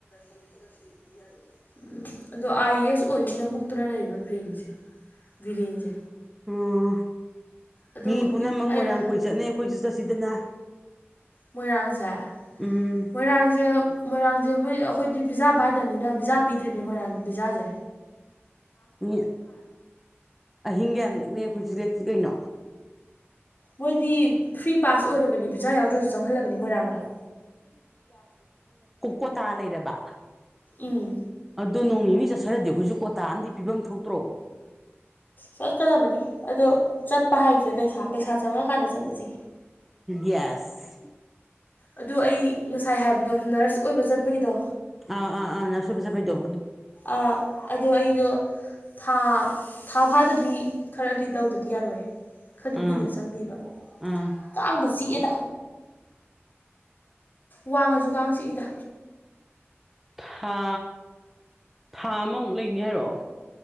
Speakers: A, on the left (about 45°); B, in the centre.
A: ꯎꯝ ꯑꯗꯣ ꯑꯥꯏ ꯑꯦꯁ ꯁꯛ ꯑꯣꯏꯅꯤꯅ ꯃꯨꯛꯇꯨꯅ ꯂꯩꯔꯤꯕ ꯕꯔꯦꯟꯅꯤꯁꯦ ꯕꯤꯔꯦꯟꯁꯦ
B: ꯑꯣ
A: ꯑꯗꯨ
B: ꯃꯤ ꯄꯨꯝꯅꯃꯛ
A: ꯑꯩꯅ
B: ꯃꯣꯏꯔꯥꯡ ꯀꯣꯏ ꯆꯠꯅꯩ ꯑꯩꯈꯣꯏꯁꯨ ꯆꯠꯁꯤꯗꯅ
A: ꯃꯣꯏꯔꯥꯡꯁꯦ
B: ꯎꯝ
A: ꯃꯣꯏꯔꯥꯡꯁꯦ ꯃꯣꯏꯔꯥꯡ ꯑ ꯃꯣꯏ ꯑꯩꯈꯣꯏꯗꯤ ꯄꯤꯖꯥ ꯄꯥꯏꯗꯕꯅꯤꯅ ꯤꯖꯥ ꯄꯤꯗ꯭ꯔꯤꯅꯦꯦ ꯃꯣꯏꯔꯥꯡꯒꯤ ꯄꯤꯖꯥꯁꯦ
B: ꯃꯤ ꯑꯍꯤꯡꯒ ꯌꯥꯝ ꯂꯦꯛꯅꯩ ꯍꯧꯖꯤ ꯂꯦꯛꯁꯤ ꯀꯩꯅꯣ
A: ꯃꯣꯏꯗꯤ ꯐ꯭ꯔꯤ ꯄꯥꯁ ꯑꯣꯏꯔꯕꯅꯤ ꯚꯤꯖꯥ ꯌꯥꯎꯗ꯭ꯔꯁꯨ ꯆꯪꯍꯜꯂꯕꯅꯤ ꯃꯣꯏꯔꯥꯡꯗꯣꯏ
B: ꯀꯣꯇꯥ ꯂꯩꯔꯕ
A: ꯎꯝ
B: ꯑꯗꯨꯣ ꯅꯣꯡ ꯅꯤꯅꯤ ꯆꯠꯊꯔꯗꯤ ꯑꯩꯈꯣꯏꯁꯨ ꯀꯣꯇꯥ ꯑ ꯄꯤꯐꯝ ꯊꯣꯛꯇ꯭ꯔꯣ
A: ꯆꯠꯀꯗꯕꯅꯤ ꯑꯗꯣ ꯆꯠꯄ ꯍꯥꯏꯁꯦ ꯄꯩꯁꯥ ꯄꯩꯁꯥ ꯆꯪꯉꯀꯥꯟꯗ ꯆꯠꯂꯁꯤ
B: ꯌꯦꯁ
A: ꯑꯗꯨ ꯑꯩ ꯉꯁꯥꯏ ꯍꯥꯏꯕꯗꯣ ꯅꯔꯁ ꯑꯣꯏꯕ ꯆꯠꯄꯒꯤꯗꯣ
B: ꯑꯥ ꯑꯥ ꯑꯥ ꯅꯅꯥꯁꯨꯕꯤ ꯆꯥ ꯐꯩꯗꯣ
A: ꯑꯥ ꯑꯗꯣ ꯑꯩꯗꯣ ꯊꯥ ꯊꯥ ꯐꯥꯗꯕꯤ ꯈꯔꯗꯤ ꯇꯧꯗꯗꯤ ꯌꯥꯔꯣꯏ ꯈꯔꯗꯤ
B: ꯑꯥ
A: ꯀꯨꯏꯅ ꯆꯪꯉꯕ
B: ꯑꯥ
A: ꯀꯥꯡꯕ ꯆꯤꯛꯑꯦꯗ ꯋꯥꯡꯉꯁꯨ ꯀꯥꯡ ꯆꯤꯛꯏꯗ
B: ꯊꯥ ꯊꯥ ꯑꯃꯃꯨꯛ ꯂꯩꯅꯤ ꯍꯥꯏꯔꯣ